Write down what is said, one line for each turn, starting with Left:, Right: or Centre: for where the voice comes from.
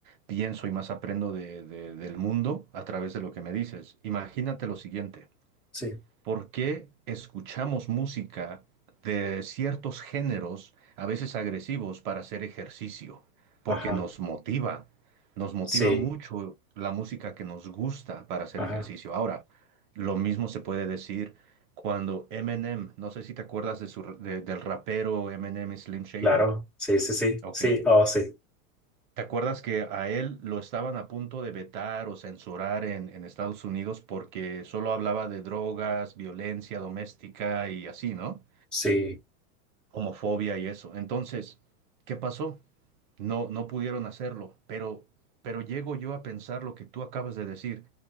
Right: pienso y más aprendo de- de- del mundo a través de lo que me dices. Imagínate lo siguiente.
Centre: sí,
Right: ¿Por qué escuchamos música de ciertos géneros, a veces agresivos, para hacer ejercicio? Porque
Centre: ajá,
Right: nos motiva, nos motiva
Centre: sí,
Right: mucho la música que nos gusta para hacer
Centre: ajá,
Right: ejercicio. Ahora, lo mismo se puede decir cuando Eminem, no sé si te acuerdas de su, de- del rapero Eminem Slim Shady.
Centre: claro, sí, sí, sí,
Right: Ok.
Centre: sí, oh, sí,
Right: ¿Te acuerdas que a él lo estaban a punto de vetar o censurar en, en Estados Unidos porque solo hablaba de drogas, violencia doméstica y así, ¿no?
Centre: sí,
Right: homofobia y eso. Entonces, ¿qué pasó? No, no pudieron hacerlo, pero, pero llego yo a pensar lo que tú acabas de decir.